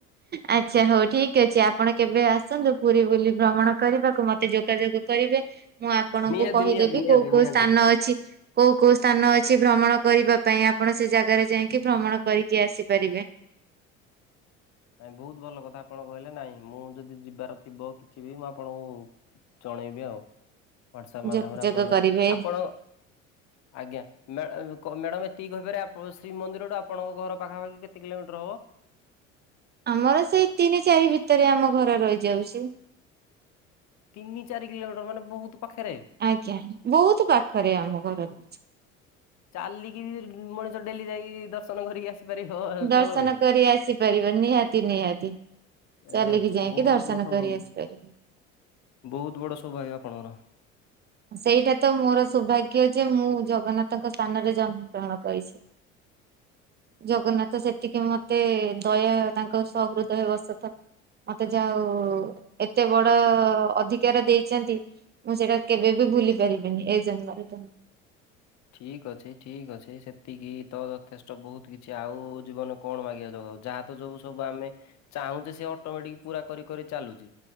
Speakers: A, on the right; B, on the left.
A: ଆଚ୍ଛା ହଉ ଠିକ ଅଛି ଆପଣ କେବେ ଆସନ୍ତୁ ପୁରୀ ବୁଲି ଭ୍ରମଣ କରିବାକୁ ମତେ ଯୋଗାଯୋଗ କରିବେ ମୁଁ ଆପଣଙ୍କୁ
B: ନିହାତି
A: କହିଦେବି
B: ନିହାତି ନିହାତି
A: କୋଉ କୋଉ
B: ନିହାତି।
A: ସ୍ଥାନ ଅଛି। କୋଉ କୋଉ ସ୍ଥାନ ଅଛି ଭ୍ରମଣ କରିବା ପାଇଁ ଆପଣ ସେ ଜାଗାରେ ଯାଇକି ଭ୍ରମଣ କରିକି ଆସିପାରିବେ।
B: ନାଇଁ ବହୁତ ଭଲ କଥା ଆପଣ କହିଲେ ନାଇଁ ମୁଁ ଯଦି ଯିବାର ଥିବ କିଛି ବି ମୁଁ ଆପଣଙ୍କୁ ଜଣେଇବି ଆଉ ହାଟସଆପ୍ ମାଧ୍ୟମରେ
A: ଯୋଗାଯୋଗ
B: ଆପଣଙ୍କୁ
A: କରିବେ
B: ଆପଣ ଆଜ୍ଞା। ମ୍ୟା କଉ ମ୍ୟାଡାମ ଏତିକି କହିପାରେ ଶ୍ରୀମନ୍ଦିରୁ ଆପଣଙ୍କ ଘର ପାଖାପାଖି କେତେ କିଲୋମିଟର ହବ?
A: ଆମର ସେଇ ତିନି ଚାରି ଭିତରେ ଆମ ଘରେ ରହିଯାଉଛି।
B: ତିନି ଚାରି କିଲୋମିଟର ମାନେ ବହୁତ ପାଖରେ।
A: ଆଜ୍ଞା ବହୁତ ପାଖରେ ଆମ ଘର ର
B: ଚାଲିକି ବି ମଣିଷ ଡେଲି ଯାଇକି ଦର୍ଶନ କରିକି ଆସିପାରିବ
A: ଦର୍ଶନ
B: ଜଗାକୁ।
A: କରି ଆସିପାରିବ ନିହାତି ନିହାତି ଚାଲିକି
B: ଏ
A: ଯାଇକି
B: ବହୁତ
A: ଦର୍ଶନ
B: ବଡ ସୌଭାଗ୍ୟ।
A: କରି ଆସିପାରିବ।
B: ବହୁତ ବଡ଼ ସ୍ଵଭାଗ୍ୟ ଆପଣଙ୍କର।
A: ସେଇଟା ତ ମୋର ସୌଭାଗ୍ୟ ଯେ ମୁଁ ଜଗନ୍ନାଥଙ୍କ ସ୍ଥାନରେ ଜନ୍ମ ଗ୍ରହଣ କରିଛି।
B: <inaudible>
A: ଜଗନ୍ନାଥ ସେତିକି ମତେ ଦୟା ତାଙ୍କ ସହହୃଦୟ ବଶତଃ ମତେ ଯାହାହଉ ଏତେ ବଡ ଅଧିକାର ଦେଇଛନ୍ତି ମୁଁ ସେଇଟା କେବେ ବି ଭୁଲି ପାରିବିନି ଏ ଜନ୍ମରେ
B: ଠିକ୍ ଅଛି ଠିକ ଅଛି ସେତିକି ତ ଯଥେଷ୍ଟ ବହୁତ କିଛି ଆଉ ଜୀବନ କଣ ମାଗିବା ଜଗାକୁ ଯ ଯାହା ତ ଯୋଉ ସବୁ ଆମେ ଚାହୁଁଛେ ସେ ଅଟୋମେଟିକ ପୁରା କରି କରି ଚାଲୁଛି।